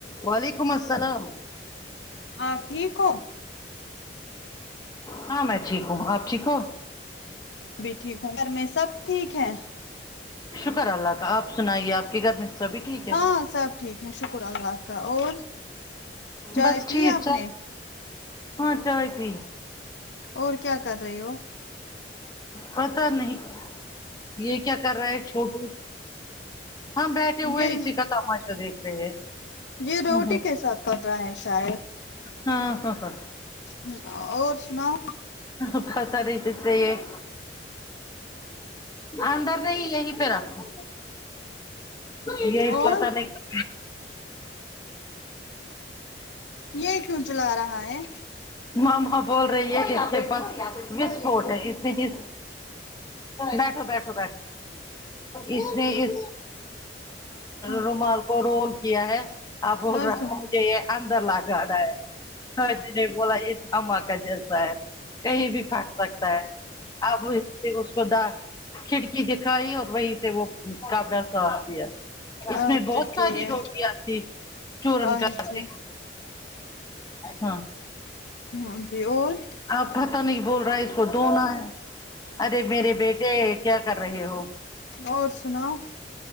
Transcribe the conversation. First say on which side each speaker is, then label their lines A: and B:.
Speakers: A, on the left; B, on the left.
A: وعلیکم السلام
B: ہاں ٹھیک ہو
A: ہاں میں ٹھیک ہوں آپ ٹھیک ہو
B: میں بھی ٹھیک ہوں گھر میں سب ٹھیک ہے
A: شکر اللہ کا آپ سنائیے آپ کے گھر میں سبھی ٹھیک ہے
B: ہاں سب ٹھیک ہے شکر اللہ کا اور چائے
A: بس
B: پی
A: ٹھیک
B: آپ
A: چل
B: نے
A: ہاں چائے پی
B: اور کیا کر رہے ہو
A: پتا نہیں یہ کیا کر رہا ہے چھوٹو ہاں بیٹھے ہوئے
B: جی
A: اسی کا تماشا دیکھ رہے ہیں
B: جی روٹی
A: ہاں
B: کےساتھ کر رہا ہے شاید
A: ہاں ہاں ہاں
B: ہ اور سناؤ
A: ہ پتا رہے جس سے یہھ اندر نہیں یہی پہ رکھو یہی
B: اور
A: پتا نہیں ہوں
B: یہ کیوں چلا رہا ہے
A: ماں بول رہی ہے اس کے پسفوٹ ہے اسی چیز بیٹھو بیٹھو اس نے اس
B: ہاں
A: رومال کو رول کیا ہے آپ بول رہا
B: اچھا
A: مجے یہ اندر لا گا رہا ہے ہاں جے نے بولا یہ دھماکہ جیسا ہے کہیں بھی پھٹ سکتا ہے اب اس پر داغ کھڑکی دکھائی اور وہی سے وہ کابرا صاب دیا اس
B: اچھا
A: میں بہت
B: ٹھیک
A: ساری
B: ہے
A: روٹیاں تھی چورن
B: اچھا
A: کر کے ہاں
B: ہاں جی اور
A: آپ پتہ نہیں بول رہا ہے اس کو دھونا ہے ارے میرے بیٹے کیا کر رہے ہو
B: اور سناؤ